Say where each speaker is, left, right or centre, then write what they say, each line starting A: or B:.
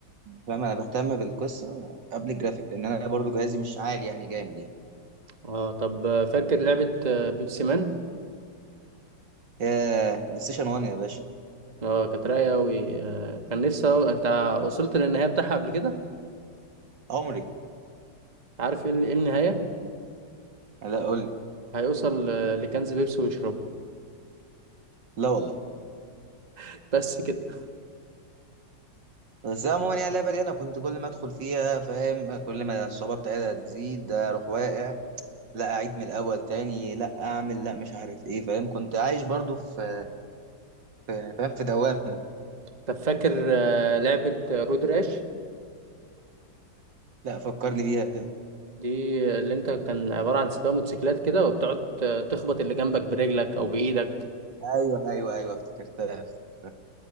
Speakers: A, on the right; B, on the right.
A: فاهم انا بهتم بالقصه قبل الجرافيك لان انا برضو جهازي مش عالي يعني جامد يعني
B: اه طب آه، فاكر لعبة آه، بيبسي مان
A: يا بلاي ستيشن 1 يا باشا
B: اه كانت رايقه قوي آه كان نفسي أوي. انت وصلت للنهايه بتاعها قبل كده
A: عمري
B: عارف ايه ال- إيه النهايه
A: لا قول لي
B: هيوصل آه، لكنز بيبسي ويشربه
A: لا والله
B: <laughs> بس كده
A: بس عموما يعني اللعبه دي انا كنت كل ما ادخل فيها فاهم كل ما الصعوبه بتاعتها تزيد اروح واقع لا اعيد من الاول تاني لا اعمل لا مش عارف ايه فاهم كنت عايش برضو في في- يعني فاهم في دوامه
B: طب فاكر آه لعبه آه، رود راش
A: لا فكرني بيها كده
B: دي آه، اللي انت كان عباره عن سباق موتوسيكلات كده وبتقعد آه، تخبط اللي جنبك برجلك او بايدك
A: ايوه ايوه ايوه افتكرتها افتكرتها